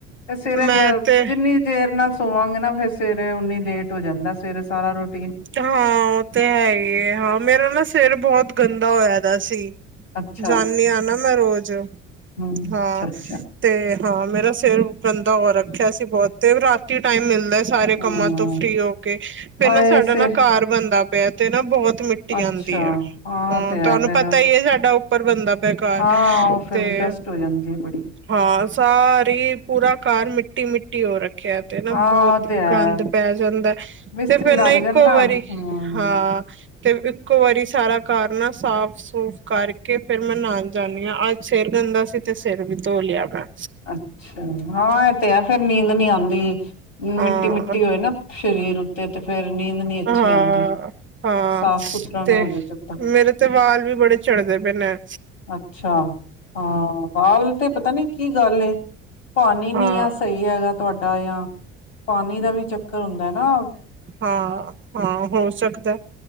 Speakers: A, on the left (about 80°); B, on the right (about 30°).
A: ਤੇ ਸਵੇਰੇ ਜੇ
B: ਮੈਂ ਤੇ
A: ਜਿੰਨੀ ਦੇਰ ਨਾਲ ਸੋਵਾਂਗੇ, ਨਾ ਫੇਰ ਸਵੇਰੇ ਉਨੀ ਲੇਟ ਹੋ ਜਾਂਦਾ ਸਵੇਰੇ ਸਾਰਾ ਰੋਟ
B: ਹਾਂ ਓਹ ਤੇ ਹੈ ਈ ਏ ਹਾਂ, ਮੇਰਾ ਨਾ ਸਿਰ ਬਹੋਤ ਗੰਦਾ ਹੋਏਆ ਦਾ ਸੀ।
A: ਅੱਛਾ
B: ਜਾਂਣੀ ਆਂ ਨਾ ਮੈਂ ਰੋਜ਼,
A: ਹੂੰ
B: ਹਾਂ।
A: ਅੱਛਾ ਅੱਛਾ
B: ਤੇ ਹਾਂ ਮੇਰਾ ਸਿਰ ਗੰਦਾ ਹੋ ਰੱਖਿਆ ਸੀ ਬਹੋਤ, ਤੇ ਰਾਤ ਤੀ ਟਾਇਮ ਮਿਲਦਾ ਸਾਰੇ
A: ਹੂੰ
B: ਕੰਮਾਂ ਤੋਂ ਫਰੀ ਹੋ ਕੇ, ਫੇਰ
A: ਹਾਏ
B: ਨਾ ਸਾਡਾ
A: ਸਿਰ
B: ਨਾ ਘਾ ਘਾਲ ਬਣਦਾ ਪੇਆ ਤੇ ਨਾ, ਬਹੁਤ ਮਿੱਟੀ
A: ਅੱਛਾ
B: ਆਂਦੀ ਆ ਹਾਂ
A: ਉਹ ਤੇ ਹੈ
B: ਤੁਆਨੂੰ
A: ਫੇਰ
B: ਪਤਾ ਈ ਐ ਸਾਡਾ ਉੱਪਰ ਬੰਨਦਾ ਪੇਆ ਘਰ,
A: ਹਾਂ ਉਹ ਫੇਰ
B: ਤੇ
A: ਡਸਟ ਹੋ ਜਾਂਦੀ ਬੜੀ
B: ਹਾਂ ਸਾਰੀ ਪੂਰਾ ਘਰ ਮਿੱਟੀ-ਮਿੱਟੀ ਹੋ ਰੱਖ ਰੱਖਿਆ ਤੇ ਨਾ
A: ਹਾਂ
B: ਬਹੁਤ
A: ਉਹ ਤੇ ਹੈ
B: ਗੰਦ ਪੈ ਜਾਂਦੈ,
A: ਮਿਸਤਰੀ
B: ਤੇ ਫੇਰ
A: ਲੱਗ
B: ਨਾ ਇੱਕ
A: ਜਾਣ
B: ਇੱਕੋ ਵਾਰੀ
A: ਹੂੰ
B: ਹਾਂ, ਤੇ ਇੱਕੋ ਵਾਰੀ ਸਾਰਾ ਘਰ ਨਾ ਸਾਫ਼ ਸੂਫ਼ ਕਰਕੇ ਫੇਰ ਮੈਂ ਨ੍ਹਾਣ ਜਾਂਣੀ ਆਂ ਅੱਜ ਸਿਰ ਗੰਦਾ ਸੀ, ਤੇ ਸਿਰ ਵੀ ਧੋ ਲੇਆ ਮੈਂ।
A: ਅੱਛਾ ਹਾਂ ਇਹ ਤੇ ਹੈ ਫੇਰ ਨੀਂਦ ਨੀ ਆਂਦੀ,
B: ਹਾਂ
A: ਮਿੱਟੀ-ਮਿੱਟੀ ਹੋਏ ਨਾ, ਸਰੀਰ ਉੱਤੇ ਤੇ ਫੇਰ ਨੀਂਦ ਨੀ ਅੱਛੀ
B: ਹਾਂ
A: ਆਂਦੀ।
B: ਹਾਂ,
A: ਸਾਫ਼ ਸੁਥਰਾ ਨਾ
B: ਤੇ
A: ਹੋ ਜਾਵੇ ਜਦ ਤੱਕ
B: ਮੇਰੇ ਤੇ ਵਾਲ ਵੀ ਬੜੇ ਝੜਦੇ ਪਏ ਨੇ।
A: ਅੱਛਾ ਹਾਂ, ਵਾਲ ਤੇ ਪਤਾ ਨੀ ਕੀ ਲ ਗੱਲ ਏ, ਪਾਣੀ ਨੀ
B: ਹਾਂ
A: ਆ ਸਈ ਹੈਗਾ, ਤੁਹਾਡਾ ਜਾਂ ਪਾਣੀ ਦਾ ਵੀ ਚੱਕਰ ਹੁੰਦਾ ਨਾ।
B: ਹਾਂ-ਹਾਂ ਹੋ ਸਕਦੈ।